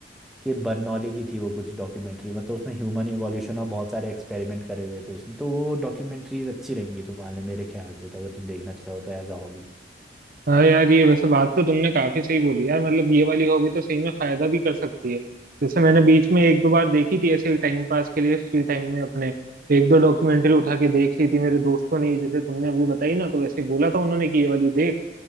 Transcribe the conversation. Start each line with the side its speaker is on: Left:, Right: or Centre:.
Centre: कि बर्नौली की थी वो कुछ डॉक्यूमेंट्री मतलब उसमें ह्यूमन इवोल्यूशन और बहुत सारे एक्सपेरिमेंट करे हुए थे उसने तो वो डॉक्यूमेंट्रीज अच्छी रहेंगी तुम्हारे लिए मेरे ख्याल से तो अगर तुम देखना चाहो तो एज अ हॉबी
Right: हाँ यार ये वैसे बात तो तुमने काफी सही बोली यार मतलब ये वाली हॉबी तो सही में फायदा भी कर सकती है जैसे मैंने बीच में एक दो बार देखी थी ऐसे ही टाइम पास के लिए फ्री टाइम में अपने एक दो डॉक्यूमेंट्री उठा के देख ली थी मेरे दोस्तों ने ही, जैसे तुमने अभी बताई ना तो वैसे ही बोला था उन्होंने कि ये वाली देख